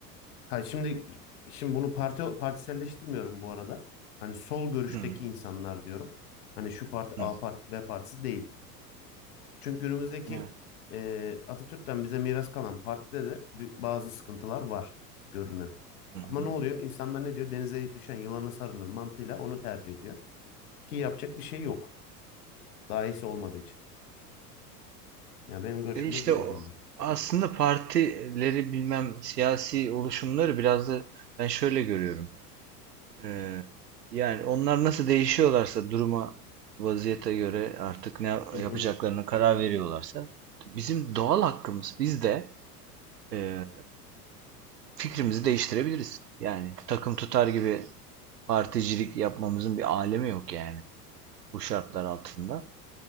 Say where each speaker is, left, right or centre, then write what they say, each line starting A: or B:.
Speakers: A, on the left; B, on the right.
A: Hayır şimdi şimdi bunu parti partiselleştirmiyorum bu arada. Hani sol görüşteki
B: hı,
A: insanlar diyorum. Hani şu parti
B: hı.
A: A partisi B partisi değil. Çünkü günümüzdeki
B: Evet.
A: e, Atatürk'ten bize miras kalan partide de bi- bazı sıkıntılar var görünen.
B: Hı, hı.
A: Ama ne oluyor? İnsanlar ne diyor? Denize düşen yılana sarılır mantığıyla onu tercih ediyor. Ki yapacak bir şey yok. Daha iyisi olmadığı için. Ya benim görüşüm
B: E işte
A: de bu şekilde.
B: o, aslında partileri bilmem siyasi oluşumları biraz da ben şöyle görüyorum. Ee, yani onlar nasıl değişiyorlarsa duruma vaziyete göre artık ne
A: Hı hı.
B: yapacaklarına karar veriyorlarsa bizim doğal hakkımız biz de e, fikrimizi değiştirebiliriz. Yani takım tutar gibi particilik yapmamızın bir alemi yok yani bu şartlar altında.